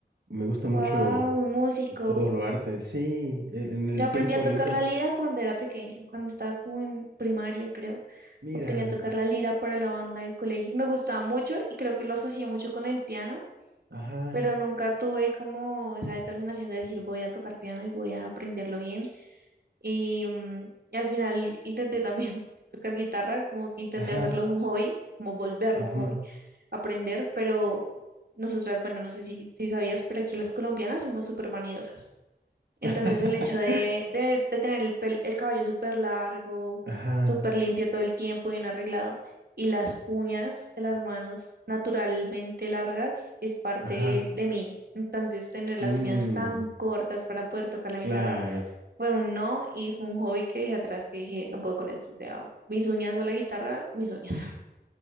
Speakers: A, on the right; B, on the right.
A: Me gusta mucho
B: Wow, un músico.
A: todo lo arte. Sí, en en el
B: Yo aprendí
A: tiempo
B: a
A: libre
B: tocar la
A: es...
B: lira cuando era pequeña, cuando estaba como en primaria, creo.
A: Mira.
B: Aprendí a tocar la lira para la banda del colegio y me gustaba mucho y creo que lo asocié mucho con el piano
A: Ajá,
B: pero nunca tuve como esa determinación de decir voy a tocar piano y voy a aprenderlo bien. Y, mm, y al final intenté también <laughs> tocar guitarra, como que intenté
A: ajá,
B: hacerlo un hobby, como volverlo
A: ujú.
B: un hobby, aprender, pero nosotras, bueno, no sé si, si sabías, pero aquí las colombianas somos súper vanidosas. Entonces
A: <laughs>
B: el hecho de, de- de tener el, pel- el cabello súper largo,
A: Ajá,
B: súper limpio todo el tiempo, bien arreglado, y las uñas de las manos naturalmente largas es parte
A: ajá.
B: de, mí. Entonces tener
A: Mm,
B: las uñas tan cortas para poder tocar la
A: claro.
B: guitarra fue un no y fue un hobby que dije atrás que dije, no puedo con eso. O sea, mis uñas o la guitarra, mis uñas.